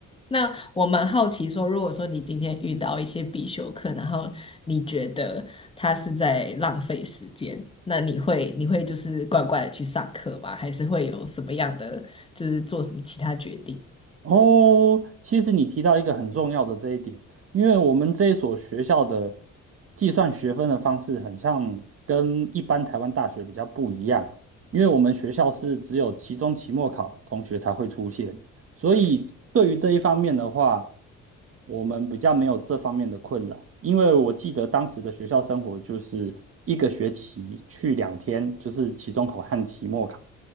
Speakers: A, on the left; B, on the right.
A: 那我蛮好奇说，如果说你今天遇到一些必修课，然后你觉得他是在浪费时间，那你会你会就是乖乖的去上课吗？还是会有什么样的就是做什么其他决定？
B: 哦，其实你提到一个很重要的这一点，因为我们这一所学校的计算学分的方式很像跟一般台湾大学比较不一样，因为我们学校是只有期中、期末考同学才会出现，所以对于这一方面的话，我们比较没有这方面的困扰。因为我记得当时的学校生活就是一个学期去两天，就是期中考和期末考。